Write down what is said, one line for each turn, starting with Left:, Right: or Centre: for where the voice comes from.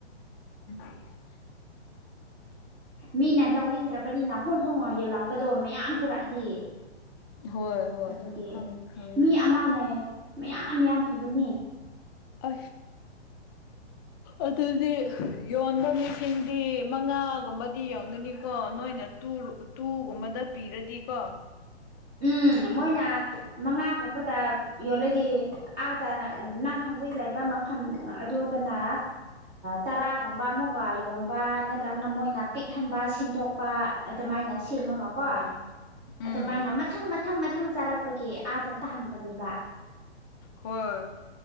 Left: <unintelligible>
Right: ꯃꯤꯅ ꯂꯧꯅꯤꯡꯗ꯭ꯔꯕꯅꯤꯅ ꯍꯣꯡ ꯍꯣꯡ ꯍꯣꯡ ꯌꯣꯜꯂꯛꯄꯗꯣ ꯃꯌꯥꯝ ꯄꯨꯔꯛꯑꯗꯤ
Left: ꯍꯣꯏ ꯍꯣꯏ
Right: ꯑꯗꯨꯒꯤ
Left: ꯈꯪꯉꯦ ꯈꯪꯉꯦ
Right: ꯃꯤ ꯑꯃꯅꯦ ꯃꯌꯥꯝ ꯌꯥꯝꯌꯥꯝ ꯄꯨꯕꯅꯦ
Left: ꯑ ꯑꯗꯨꯗꯤ ꯌꯣꯟꯕ ꯃꯤꯁꯤꯡꯗꯤ ꯃꯉꯥꯒꯨꯝꯕꯗꯤ ꯌꯣꯟꯒꯅꯤꯀꯣ ꯅꯣꯏꯅ ꯇꯨꯒꯨꯝꯕꯗ ꯄꯤꯔꯗꯤꯀꯣ
Right: ꯎꯝ ꯃꯣꯏꯅ ꯃꯉꯥꯒꯨꯝꯕꯗ ꯌꯣꯜꯂꯗꯤ ꯑꯥꯗ ꯅꯪ ꯍꯧꯖꯤꯛ ꯂꯩꯕ ꯃꯐꯝ ꯑꯗꯨꯗꯅ ꯇꯔꯥꯒꯨꯝꯕ ꯑꯃꯒ ꯌꯣꯟꯕ ꯅꯠꯇ꯭ꯔ ꯑꯗꯨꯅ ꯃꯣꯏꯅ ꯄꯤꯛꯍꯟꯕ ꯁꯦꯝꯗꯣꯛꯄ ꯑꯗꯨꯃꯥꯏꯅ ꯁꯦꯝꯃꯒꯀꯣ
Left: ꯍꯣꯏ ꯎꯝ
Right: ꯑꯗꯨꯃꯥꯏꯅ ꯃꯊꯪ ꯃꯊꯪ ꯃꯊꯪ ꯆꯥꯔꯛꯄꯒꯤ ꯑꯥꯗ ꯇꯥꯡꯕꯅꯦꯕ
Left: ꯍꯣꯏ